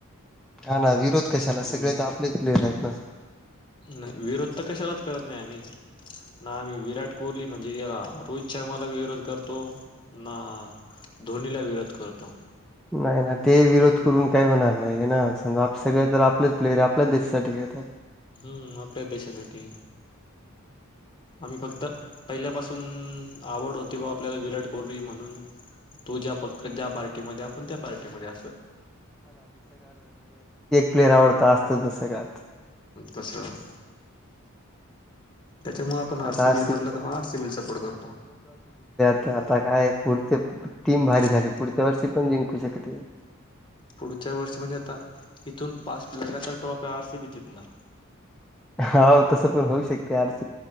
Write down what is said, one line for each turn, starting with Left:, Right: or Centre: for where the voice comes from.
Centre: हा ना विरोध कशाला सगळे
Left: म्हणजे
Centre: तर आपलेच प्लेयर आहेत ना.
Left: नाही विरोध तर कशालाच करत नाही आम्ही ना आम्ही विराट कोहली म्हणजे हेला रोहित शर्माला विरोध करतो ना धोनीला विरोध करतो.
Centre: नाही ना ते विरोध करून काही होणार नाही ना, समजा आप सगळे तर आपलेच प्लेयरेत आपल्याच देशासाठी खेळतात.
Left: हम्म आपल्याच देशासाठी आम्ही फक्त पहिल्यापासून आवड होती बा आपल्याला विराट कोहली म्हणून तो ज्या प ज्या पार्टीमध्ये आपण त्या पार्टीमध्ये असं.
Centre: प्लेअर आवडता असतच ना सगळ्यात
Left: तसं त्याच्यामुळे आपण आर
Centre: आता
Left: सी
Centre: आरसीबी
Left: बी म्हणलं तर मग आर सी बी ला सपोर्ट करतो.
Centre: तर आता काय पुढची टीम
Left: हम्म
Centre: भारी झाली पुढच्या वर्षी पण जिंकू शकते.
Left: पुढच्या वर्षी म्हणजे आता इथून पाच लगातार ट्रॉफी आर सी बी च जितणार.
Centre: हाव तस पण होऊ शकते. आर सी